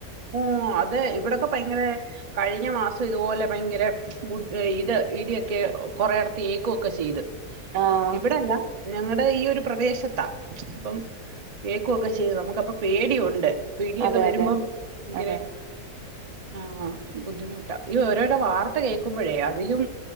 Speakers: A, on the right; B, on the right.
A: ഓ അതെ ഇവിടൊക്കെ ഭയങ്കര കഴിഞ്ഞ മാസം ഇതുപോലെ ഭയങ്കര ഇത് ഇടിയൊക്കെ കൊറെയെടത്ത് ഏക്കു ഒക്കെ ചെയ്ത്
B: ആഹ്
A: ഇവിടല്ല ഞങ്ങളു ടെ ഈ ഒരു പ്രദേശത്താ അപ്പം ഏക്കു ഒക്കെ ചെയ്തെ നമുപ്പം പേടിയുണ്ട് ഇപ്പിടിയൊക്കെ
B: അതെ
A: വരുമ്പം
B: അതെ
A: ഭയങ്കര
B: അതെ
A: ആഹ് ബുദ്ധിമുട്ടാ ഈ ഓരോരോ വാർത്ത കേൾക്കുമ്പഴേ അതിലും